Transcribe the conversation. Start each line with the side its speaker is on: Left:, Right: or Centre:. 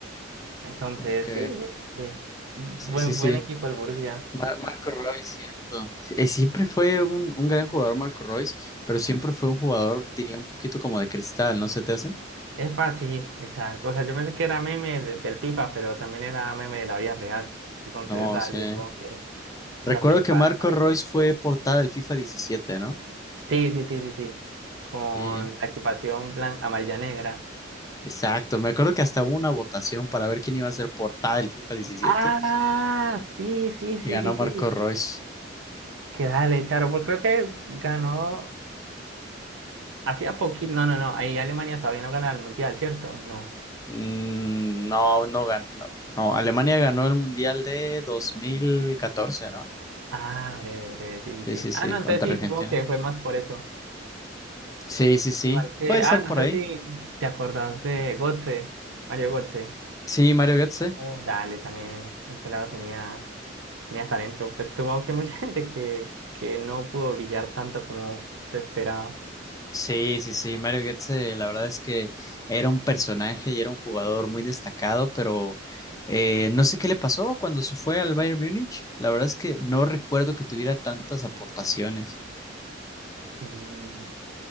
Right: Entonces,
Left: Ok.
Right: sí, sí, dale. Buen,
Left: Sí, sí, sí.
Right: buen equipo el Borussia.
Left: Mar- Marco Royce, cierto. Sí, Eh, siempre fue un, un gran jugador Marco Royce, pero siempre fue un jugador, diría, un poquito como de cristal, ¿no se te hace?
Right: Epa, sí, exacto. O sea, yo pensé que era meme de- del FIFA, pero también era meme de la vida real. Entonces,
Left: No
Right: dale,
Left: sé.
Right: como que cosas
Left: Recuerdo
Right: que
Left: que
Right: pasan.
Left: Marco Royce fue portada del FIFA diecisiete ¿no?
Right: Sí, sí, sí, sí, sí. Con
Left: Sí.
Right: la equipación blanca, amarilla, negra.
Left: Exacto, me acuerdo que hasta hubo una votación para ver quién iba a ser portada del FIFA diecisiete.
Right: Ah, sí, sí, sí,
Left: y ganó
Right: sí, sí.
Left: Marco Royce.
Right: Que dale, Charo, porque creo que ganó hacía poquito. No, no, no. Ahí Alemania todavía no gana el mundial, ¿cierto? No.
Left: Mm, no, no ganó. No, no, Alemania ganó el Mundial de 2014, ¿no?
Right: Ah, breve, breve, sí, sí,
Left: Sí,
Right: sí.
Left: sí, sí,
Right: Ah, no, entonces
Left: contra
Right: sí,
Left: Argentina.
Right: supongo que fue más por eso.
Left: Sí, sí, sí,
Right: Igual que,
Left: puede
Right: ah,
Left: ser
Right: no
Left: por
Right: sé
Left: ahí.
Right: si te acordás de Gotze, Mario Gotze.
Left: Sí, Mario Götze.
Right: Oh, dale, también el pelado tenía, tenía talento. Pues supongo que mucha <laughs> gente que, que no pudo brillar tanto como se esperaba.
Left: Sí, sí, sí, Mario Götze, la verdad es que era un personaje y era un jugador muy destacado, pero eh, no sé qué le pasó cuando se fue al Bayern Múnich. La verdad es que no recuerdo que tuviera tantas aportaciones.
Right: Mm,